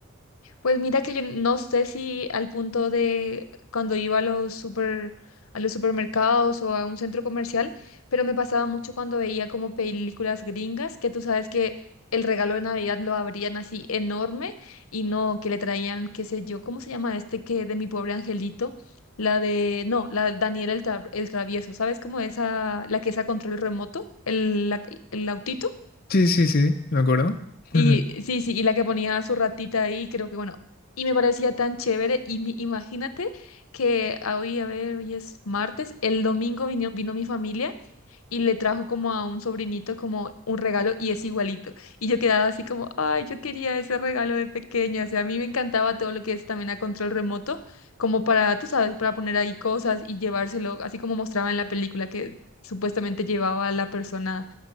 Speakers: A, on the left; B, on the left.
A: Pues mira que yo no sé si al punto de cuando iba a los super, a los supermercados o a un centro comercial, pero me pasaba mucho cuando veía como películas gringas, que tú sabes que el regalo de Navidad lo abrían así enorme y no que le traían, qué sé yo, ¿cómo se llama este que de mi pobre angelito? La de, no, la de Daniel el, Tra- el travieso, ¿sabes cómo esa, la que es a control remoto, el, la- el autito?
B: Sí, sí, sí, me acuerdo. <laughs>
A: Y sí, sí, y la que ponía a su ratita ahí, creo que bueno, y me parecía tan chévere. Y mi- imagínate que hoy, a ver, hoy es martes, el domingo vino, vino mi familia y le trajo como a un sobrinito como un regalo y es igualito. Y yo quedaba así como, ay, yo quería ese regalo de pequeña. O sea, a mí me encantaba todo lo que es también a control remoto, como para, tú sabes, para poner ahí cosas y llevárselo, así como mostraba en la película que supuestamente llevaba a la persona